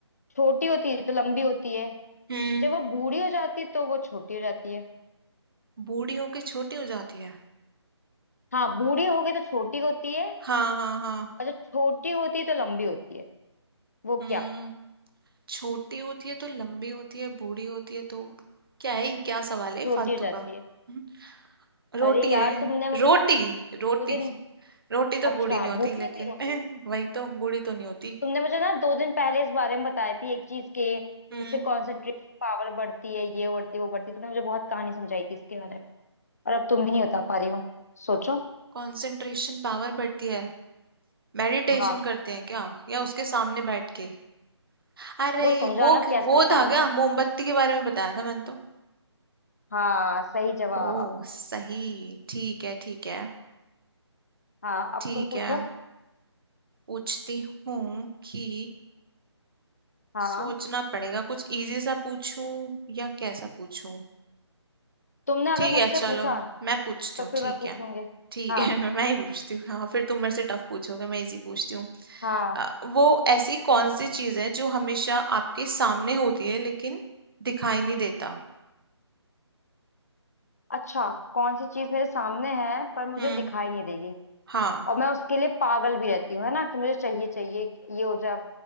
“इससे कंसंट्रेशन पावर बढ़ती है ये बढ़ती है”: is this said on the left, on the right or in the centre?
Left